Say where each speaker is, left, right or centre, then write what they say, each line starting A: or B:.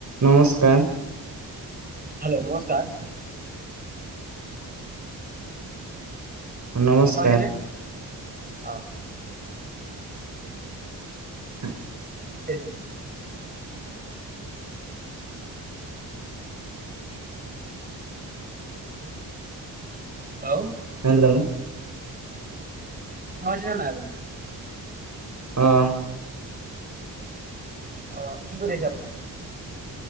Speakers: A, on the right (about 40°); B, on the right (about 20°).
A: নমস্কাৰ।
B: হেল্ল' নমস্কাৰ।
A: নমস্কাৰ।
B: হৈছেনে অ'।
A: <inaudible>
B: <unintelligible> হেল্ল'?
A: হেল্ল'?
B: শুনা পাইছে নে নাই আপুনি?
A: অ'।
B: অ', কি কৰি আছে আপুনি?